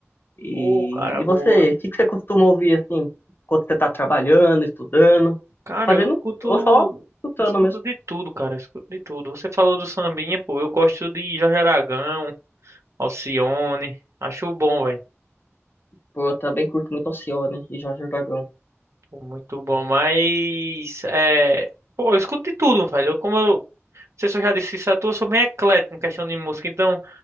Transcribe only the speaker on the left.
E,
e
você, o que que você costuma ouvir, assim, quando você tá trabalhando, estudando,
fazendo,
ou só escutando
mesmo?
Pô, eu também curto muito Alcione e Jorge Aragão.